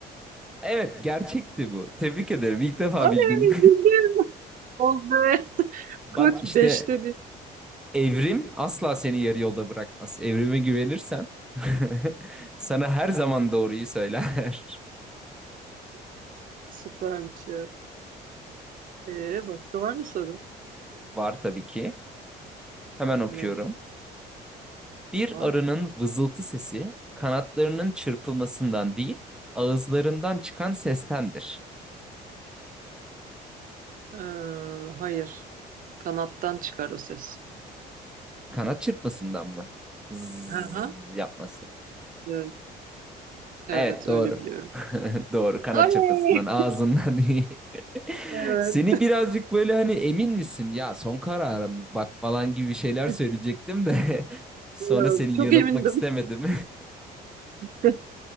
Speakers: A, in the centre; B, on the right (about 55°).
A: Evet, gerçekti bu. Tebrik ederim. İlk defa
B: Oley
A: bildin.
B: bildim. Oley.
A: <laughs> Bak
B: Koç
A: işte
B: beşte bir.
A: evrim asla seni yarı yolda bırakmaz. Evrime güvenirsen <laughs> sana her zaman doğruyu söyler.
B: Süpermiş ya. Ee, başka var mı soru?
A: <laughs> Var tabii ki. Hemen okuyorum.
B: Oley.
A: Bir
B: Tamam.
A: arının vızıltı sesi kanatlarının çırpılmasından değil, ağızlarından çıkan sestendir.
B: Ee, hayır. Kanattan çıkar o ses.
A: Kanat çırpmasından mı? Zzz
B: Hı hı.
A: yapması.
B: Evet, evet,
A: Evet doğru.
B: öyle biliyorum.
A: <laughs> Doğru kanat
B: Oley!
A: çırpmasından ağzından değil. <laughs>
B: Evet.
A: Seni birazcık böyle hani emin misin? Ya son kararım mı? bak falan gibi şeyler
B: <laughs>
A: söyleyecektim de <laughs> sonra
B: Yok,
A: seni
B: çok
A: yanıltmak
B: emindim.
A: istemedim.
B: <laughs>